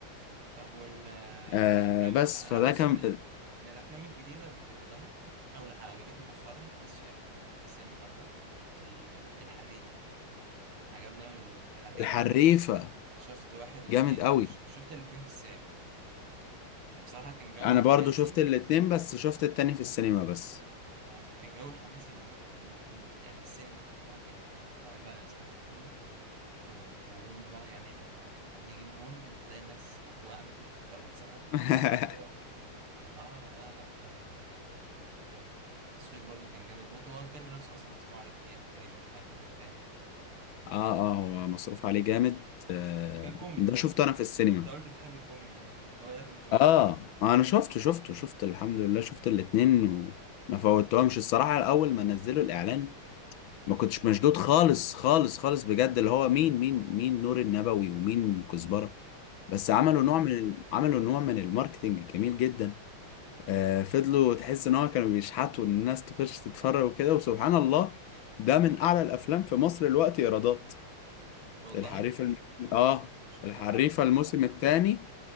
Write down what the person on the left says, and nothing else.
آه
بس
فده
كان
الحريفة
جامد قوي
انا
برضو شفت الاتنين بس شفت التاني في السينما بس
<laughs>
اه اه هو مصروف عليه جامد آه
ده شفته انا في السينما
اه
انا شفته شفته شفت الحمد لله شفت الاتنين وما فوتهمش الصراحة الاول ما نزلوا الاعلان ما كنتش مشدود خالص خالص خالص بجد اللي هو مين مين مين نور النبوي ومين كزبرة بس
عملوا نوع من ال- عملوا نوع من الماركتينج جميل جدا آه فضلوا تحس ان هو كانوا بيشحتوا ان الناس تخش تتفرج وكده وسبحان الله ده من اعلى الافلام في مصر الوقت ايرادات
الحريفة الم...
اه
الحريفة
الموسم
الثاني